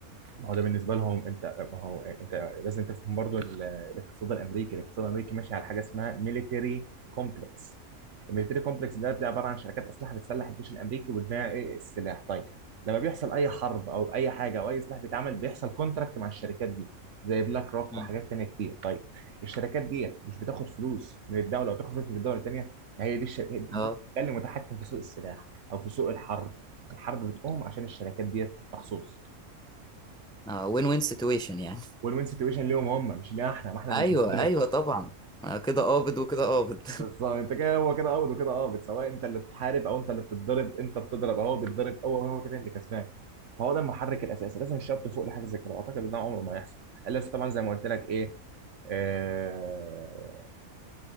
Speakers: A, on the right (about 55°); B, in the centre.
A: ما هو ده بالنسبه لهم انت ما هو انت لازم تفهم برضو ال- الاقتصاد الامريكي الاقتصاد الامريكي ماشي على حاجه اسمها ميليتري كومبلكس الميليتري كومبلكس ده ده عباره عن شركات اسلحه بتسلح الجيش الامريكي وتبيع ايه السلاح طيب لما بيحصل اي حرب او اي حاجه او اي سلاح بيتعمل بيحصل كونتراكت مع الشركات دي زي بلاك روك
B: مم.
A: وحاجات تانية كتير طيب الشركات دي مش بتاخد فلوس من الدوله او بتاخد فلوس من الدوله التانية هي دي الشركه
B: اه
A: ده اللي متحكم في سوق السلاح او في سوق الحرب الحرب بتقوم عشان الشركات دي مخصوص
B: اه وين وين سيتويشن يعني
A: وين وين سيتويشن ليهم هم مش لينا احنا ما احنا
B: <laughs>
A: اللي
B: ايوه
A: بنتضرب
B: ايوه طبعا آه، كده قابض وكده قابض
A: بالظبط انت كده هو كده قابض وكده قابض سواء انت اللي بتحارب او انت اللي بتتضرب انت بتضرب اهو بيتضرب هو هو كده اللي كسبان فهو ده المحرك الاساسي لازم الشباب تفوق لحاجه زي كده واعتقد ان ده عمره ما هيحصل الا إذا طبعا زي ما قلت لك ايه آه